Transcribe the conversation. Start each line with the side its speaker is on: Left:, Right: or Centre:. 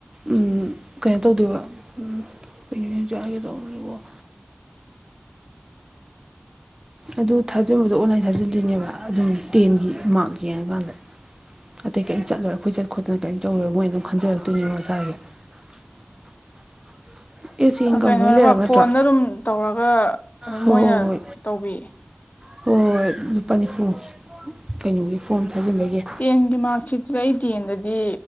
Right: ꯎꯝ ꯀꯩꯅꯣ ꯇꯧꯗꯣꯏꯕ ꯎꯝ ꯀꯩꯅꯣ <unintelligible> ꯑꯗꯨ ꯊꯥꯖꯤꯟꯕꯗꯣ ꯑꯣꯟꯂꯥꯏꯟ ꯊꯥꯖꯤꯟꯗꯣꯏꯅꯦꯕ ꯑꯗꯨꯝ ꯇꯦꯟꯒꯤ ꯃꯥꯔꯛ ꯌꯦꯡꯉꯀꯥꯟꯗ ꯑꯇꯩ ꯀꯔꯤꯝ ꯆꯠꯂꯣꯏ ꯑꯩꯈꯣꯏ ꯆꯠ ꯈꯣꯠꯇꯅ ꯀꯔꯤꯝ ꯇꯧꯔꯣꯏ ꯃꯣꯏ ꯑꯗꯨꯝ ꯈꯟꯖꯔꯛꯇꯣꯏꯅꯦꯕ ꯃꯁꯥꯒꯤ <inaudible> ꯑꯦ ꯁꯤ ꯏꯟꯀꯝ
Left: ꯑ ꯀꯩꯅꯣꯔꯕ
Right: ꯂꯣꯏ ꯂꯩꯔꯕ ꯅꯠꯇ꯭ꯔꯣ
Left: ꯐꯣꯟꯗ ꯑꯗꯨꯝ ꯇꯧꯔꯒ ꯑꯗꯨ
Right: ꯍꯣꯏ
Left: ꯝꯣꯏꯅ
Right: ꯍꯣꯏ ꯍꯣꯏ
Left: ꯇꯧꯕꯤ
Right: ꯍꯣꯏ ꯂꯨꯄꯥ ꯅꯤꯐꯨ ꯀꯩꯅꯣꯒꯤ ꯐꯣꯝ ꯊꯥꯖꯤꯟꯕꯒꯤ
Left: ꯇꯦꯟꯒꯤ ꯃꯥꯔꯛꯁꯤꯠꯗꯣ ꯑꯩ ꯇꯦꯟꯗꯗꯤ